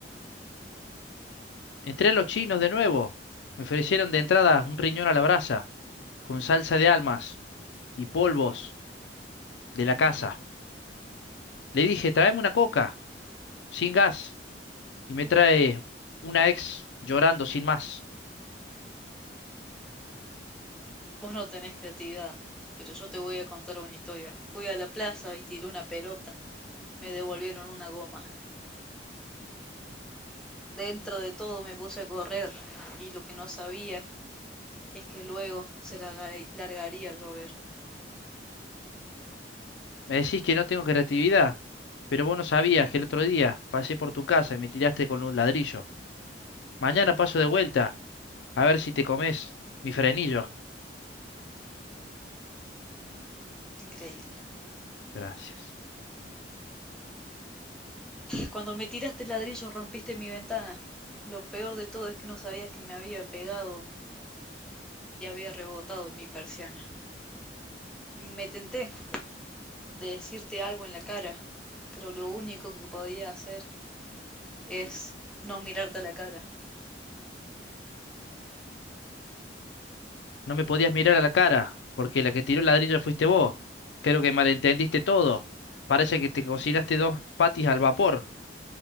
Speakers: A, on the left; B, in the centre.
A: Entré a los chinos de nuevo. Me ofrecieron de entrada un riñón a la brasa, con salsa de almas y polvos de la casa. Le dije, tráeme una coca, sin gas. y me trae una ex llorando sin más.
B: Vos no tenés creatividad, pero yo te voy a contar una historia. Fui a la plaza y tiré una pelota. Me devolvieron una goma. Dentro de todo me puse a correr y lo que no sabía es que luego se larga- largaría a llover.
A: Me decís que no tengo creatividad, pero vos no sabías que el otro día pasé por tu casa y me tiraste con un ladrillo. Mañana paso de vuelta, a ver si te comes mi frenillo.
B: Increíble.
A: Gracias.
B: Cuando me tiraste el ladrillo rompiste mi ventana. Lo peor de todo es que no sabías que me había pegado y había rebotado en mi persiana. Me tenté de decirte algo en la cara, pero lo único que podía hacer es no mirarte a la cara.
A: No me podías mirar a la cara, porque la que tiró el ladrillo fuiste vos. Creo que malentendiste todo. Parece que te cocinaste dos patis al vapor.